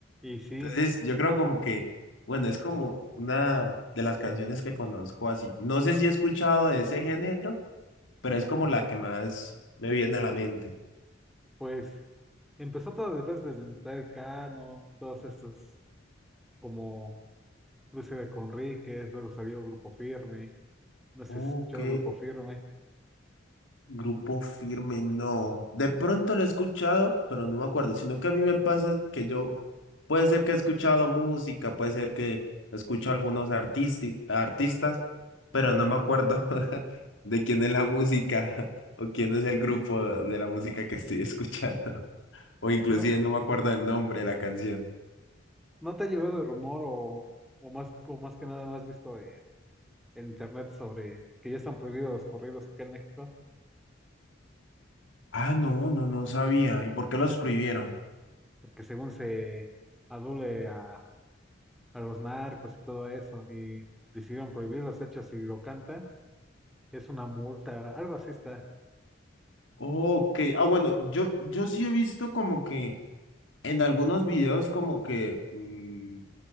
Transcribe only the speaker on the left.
Entonces, yo creo como que, bueno, es como una de las canciones que conozco así. No sé si he escuchado de ese género, pero es como la que más me viene a la mente.
Ok.
Grupo Firme, no. De pronto lo he escuchado, pero no me acuerdo. Sino que a mí me pasa que yo, puede ser que he escuchado música, puede ser que escucho algunos artisti- artistas, pero no me acuerdo <laughs> de quién es la música <laughs> o quién es el grupo de la música que estoy escuchando. <laughs> O inclusive
no me acuerdo del nombre de la canción.
Ah, no, no, no sabía. ¿Y por qué los prohibieron?
Ok, ah, bueno, yo, yo sí he visto como que en algunos videos como que mm,